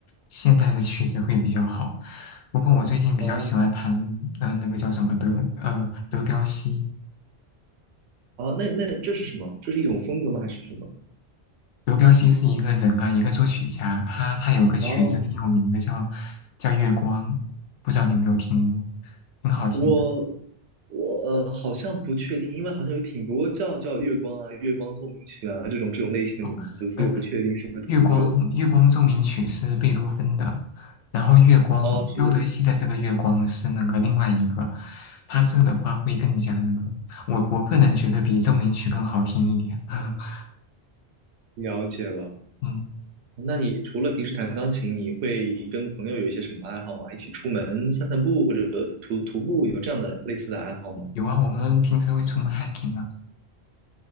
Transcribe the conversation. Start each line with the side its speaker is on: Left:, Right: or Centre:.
Left: 现代的曲子会比较好。不过我最近比较喜欢弹，
Right: 啊，
Left: 呃，那个叫什么德，呃，德彪西。
Right: 啊？那那这是什么？这是一种风格吗？还是什么？
Left: 德彪西是一个人啊，一个作曲家，他他有个曲子挺有名的，
Right: 啊，
Left: 叫叫《月光》，不知道你有没有听过，挺好听的。
Right: 我我呃，好像不确定，因为好像有挺多叫叫月光啊、月光奏鸣曲啊这种这种类型的名字，
Left: 哦，
Right: 所以我不确定是不是同一个。
Left: 没有，月光月光奏鸣曲是贝多芬的，然后月光彪德西的这个月光是那个另外一个，
Right: 哦，是
Left: 他这个的话会更加那个，我我个人觉得比奏鸣曲更好听一点。<laughs>
Right: 了解了。
Left: 嗯，
Right: 那你除了平时弹钢琴，你会跟朋友有一些什么爱好吗？一起出门散散步，或者徒徒步，有这样的类似的爱好吗？
Left: 有啊，我们平时会出门 hiking 啊。